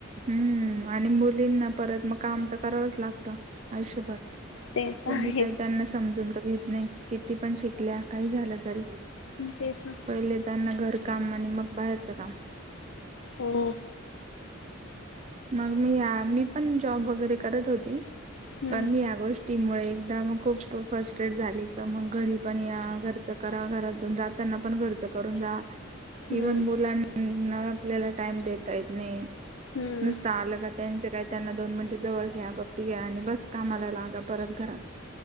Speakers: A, on the right; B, on the left.
A: हूम्म आणि मुलींना परत मग, काम तर करावंच लागतं आयुष्यभर
B: ते तर
A: कोणी
B: आहेच
A: काही त्यांना समजून तर घेत नाही. किती पण शिकल्या? काही झालं तरीही
B: तेच ना
A: पहिले त्यांना घर काम आणि मग बाहेरचं काम.
B: हो.
A: मग मी आ मी पण जॉब वगैरे करत होती,
B: हम्म
A: पण मी या गोष् ष्टी मुळे, एकदा मग खूप फस्ट्रेट झाली का मग? घरी पण या घरचं करा घरातून जाता ना पण खर्च करून जा,
B: हम्म
A: इव्हन मुलांना आपल्याला टाइम देता येत नाही.
B: हम्म
A: नुसतं आलं का त्यांचं काय त्यांना दोन मिनिटे जवळ घ्या, पप्पी घ्या, आणि बस कामाला लागा परत घरात.